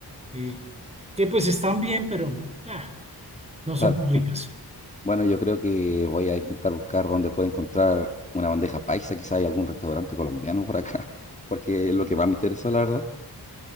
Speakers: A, on the right (about 15°); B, on the left (about 15°).
A: eh, que pues están bien, pero ah, no son
B: claro.
A: tan ricas.
B: Bueno, yo creo que voy a intentar buscar dónde puedo encontrar una bandeja paisa, quizá hay algún restaurante colombiano por acá, <laughs> porque es lo que más me interesó, la verdad.